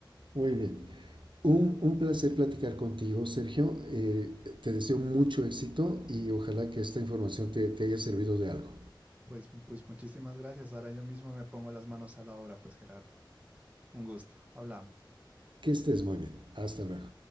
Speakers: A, on the right (about 75°); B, on the right (about 15°).
A: muy bien. Un, un placer platicar contigo, Sergio. Eh, te deseo mucho éxito y ojalá que esta información te, te haya servido de algo.
B: Pues, pues muchísimas gracias. Ahora yo mismo me pongo las manos a la obra, pues Gerardo. Un gusto. Hablamos.
A: Que estés muy bien. Hasta luego.